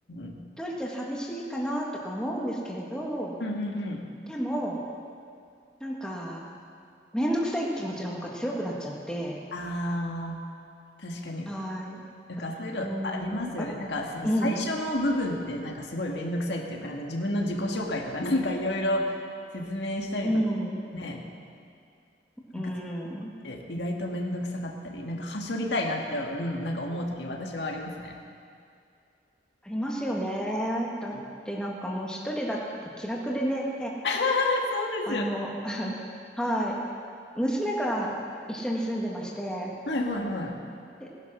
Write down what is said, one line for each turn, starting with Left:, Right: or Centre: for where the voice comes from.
Left: ん。
Centre: 一人じゃ寂しいかなとか思うんですけれど、
Left: うんうんうん。
Centre: でも、なんか、めんどくさい気持ちの方が強くなっちゃって、
Left: ああ、確かに。
Centre: はーい。
Left: なんかそういうのありますよね。
Centre: あうん、あ、
Left: なんかその最初の部分ってなんかすごいめんどくさいっていうか、
Centre: うん、
Left: なんか自分の自己紹介とかなんかいろいろ説明したりとかね、
Centre: うん、
Left: なんかそういうのって意外とめんどくさかったり、
Centre: うん。
Left: なんかはしょりたいなって、うん、なんか思うとき私はありますね。
Centre: ありますよね。だってなんかもう一人だと気楽でね、
Left: うん <laughs> そうですよね。
Centre: あの、<laughs> はい。娘が一緒に住んでまして、
Left: はいはいはい。
Centre: で、